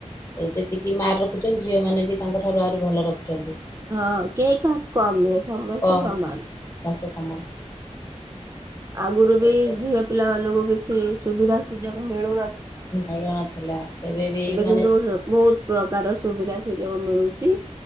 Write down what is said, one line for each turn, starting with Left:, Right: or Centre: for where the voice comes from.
Left: ଯେତିକି ମାର୍ ରଖୁଛନ୍ତି ଝିଅ ମାନେ ବି ତାଙ୍କ ଠାରୁ ଆହୁରି ଭଲ ରଖୁଛନ୍ତି।
Right: ହଁ କେହି କାହାକୁ କମ୍ ନୁହେଁ ସମସ୍ତେ
Left: କମ୍
Right: ସମାନ୍।
Left: ସମସ୍ତେ ସମାନ୍।
Right: ଆଗୁରୁ ବି
Left: ଏବେ
Right: ଝିଅ ପିଲା ମାନଙ୍କୁ କିଛି ସୁବିଧା ସୁଯୋଗ ମିଳୁନ
Left: ମିଳୁ ନଥିଲା ଏବେ ବି
Right: କିନ୍ତୁ
Left: ମାନେ
Right: ବହୁତ ପ୍ରକାର ସୁବିଧା ସୁଯୋଗ ମିଳୁଛି